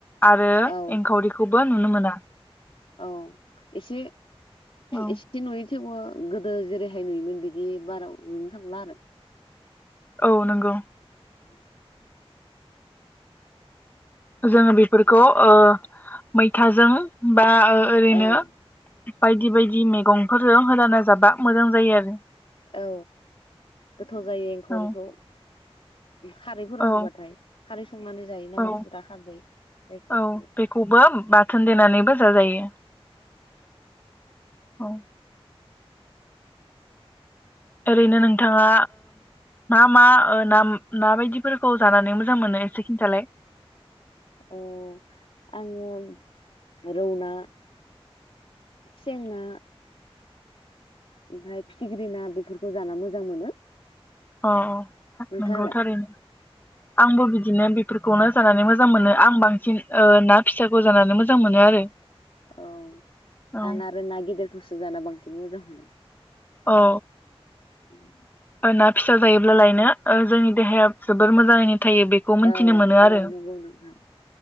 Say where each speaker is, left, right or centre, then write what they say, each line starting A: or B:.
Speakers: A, on the left; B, on the left.
A: आरो
B: औ
A: एंखावरिखौबो नुनो मोना।
B: औ एसे
A: औ
B: एसे नुयो। थेवबो गोदो जेरैहाय नुयोमोन बिदि बारा नुनो थांला आरो
A: औ नंगौ।
B: <unintelligible>
A: जोङो बेफोरखौ ओ मैथाजों बा
B: आरो
A: ओरैनो बायदि बायदि मैगंफोरजों होलाना जाबा मोजां जायो आरो।
B: औ गोथाव जायो एंखावरिखौ।
A: औ
B: खारैफोराव
A: औ
B: होबाथाय खारै संनानै जायोना
A: औ
B: मानसिफोरा खारदै जायखौ।
A: औ बेखौबो बाथोन देनानैबो जाजायो। औ। ओरैनो नोंथाङा मा मा ना बायदिफोरखौ जानानै मोजां मोनो एसे खिन्थालाय।
B: औ आङो रौना सेंना ओमफ्राय फिथिख्रि ना बेफोरखौ जा मोजां मोनो।
A: अ-अ।
B: नोंथाङालाय
A: मोनगौ थारैनो आंबो बिदिनो बिफोरखौनो जानानै मोजां मोनो आं बांसिन ओ ना फिसाखौ जानानै मोजां मोनो आरो।
B: औ
A: औ
B: आं आरो न गिदेर दसो जाना बांसिन मोजां मोनो।
A: औ।
B: उम
A: ना फिसा जायोब्लालायनो ओ जोंनि देहाया जोबोर मोजाङैनो। थायो बेखौ मोनथिनो
B: औ
A: मोनो आरो
B: औ नंगौ नोंथां।